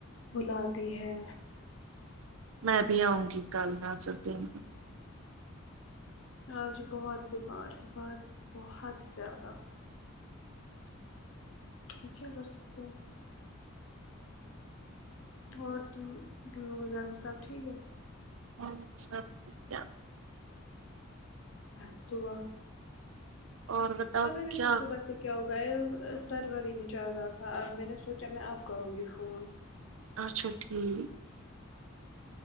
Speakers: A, on the left; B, on the right.
A: بلاتی ہے
B: میں بھی آؤں گی کل ن سات دن
A: آج بہت بیمار ہے بہت بہت زیادہ پ کیا کر سکتے ہو اور ت تم لوگوں کے گھر میں سب ٹھیک ہے
B: ہاں سب ٹھیک ہے
A: بس دوا
B: اور بتاؤ
A: مگر اس
B: کیا
A: کو صبح سے کیا ہوگا سرور ہی نہیں چاہ رہا تھا اب میں نے سوچا میں اب کروں گی فون
B: اچھا ٹھیک